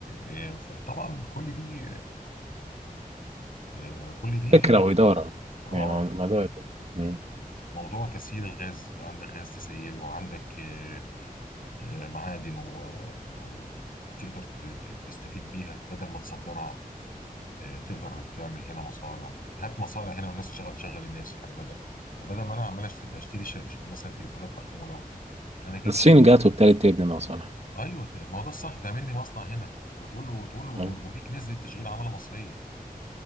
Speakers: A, on the left (about 65°); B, on the right (about 45°).
A: آه، فطبعا كل دي آه، كل دي
B: فكرة
A: حاجات
B: وإدارة
A: اه
B: يعني مو- موضوع مم.
A: موضوع تسييل الغاز عندك غاز تسيله وعندك آه، آه، معادن و- آه، وتقدر ت- ت- تستفيد بيها بدل ما تصدرها إيه، تقدر تعمل هنا مصانع هات مصانع هنا والناس تشغل شغل الناس يعني بدل بدل ما انا عمال أشت- اشتري ش... ش- مثلا تليفونات محموله وبتاع انا اجيب
B: الصين
A: الشركه
B: جات وابتدت تبني مصانع
A: ايوه ما هو ده الصح تعمل لي مصنع هنا وتقول له وتقول له و-
B: طيب
A: وليك نسبه تشغيل عماله مصريه